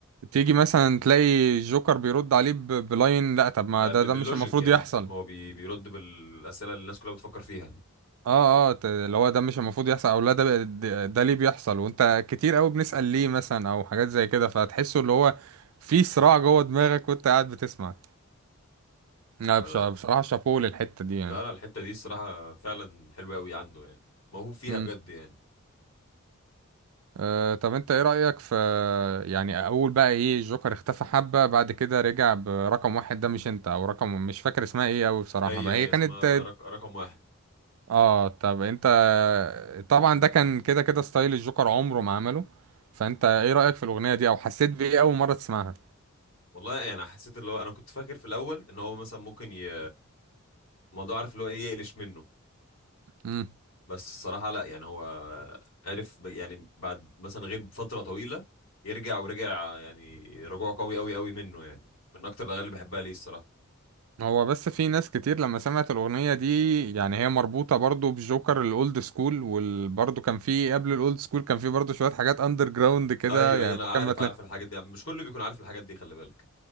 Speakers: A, on the right (about 80°); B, on the left (about 70°).
A: تيجي مثلا تلاقي الجوكر بيرد عليه ب- بلاين لا طب ما
B: ب-
A: ده
B: ب-
A: ده
B: باللوجيك
A: مش المفروض
B: يعني
A: يحصل
B: انت فاهم؟ هو بي- بيرد بالاسئله اللي الناس كلها بتفكر فيها
A: اه اه ت- اللي هو ده مش المفروض يحصل او لا ده بقى- ده ده ليه بيحصل وانت كتير قوي بنسأل ليه مثلا او حاجات زي كده فتحسه اللي هو في صراع جوه دماغك وانت قاعد بتسمع لا بش-
B: انا
A: بصراحة شابوه للحتة دي يعني
B: لا لا الحته دي الصراحه فعلا حلوه قوي عنده يعني موهوب فيها
A: امم
B: بجد يعني
A: آه طب انت ايه رأيك في يعني اول بقى ايه الجوكر اختفى حبة بعد كده رجع برقم واحد ده مش انت او رقم مش فاكر اسمها ايه قوي بصراحة
B: هي
A: بقى
B: هي
A: هي كانت
B: اسمها رق... رقم واحد
A: اه طب انت طبعا ده كان كده كده ستايل الجوكر عمره ما عمله فانت ايه رأيك في الأغنية دي او حسيت بإيه اول مرة تسمعها
B: والله يعني حسيت اللي هو انا كنت فاكر في الاول ان هو مثلا ممكن ي... الموضوع عارف اللي هو ايه يقلش منه
A: امم
B: بس الصراحه لا يعني هو عرف ب- يعني بعد مثلا غيب فتره طويله يرجع ورجع يعني رجوع قوي قوي قوي منه يعني من اكتر الاغاني اللي بحبها ليه الصراحه
A: هو بس في ناس كتير لما سمعت الأغنية دي يعني هي مربوطة برضو بجوكر الأولد سكول وبرضو كان في قبل الأولد سكول كان في برضو شوية حاجات أندر جراوند كده
B: ايوه
A: يعني
B: ايوه انا
A: ممكن
B: عارف
A: ما تلاقي
B: عارف الحاجات دي مش كله بيكون عارف الحاجات دي خلي بالك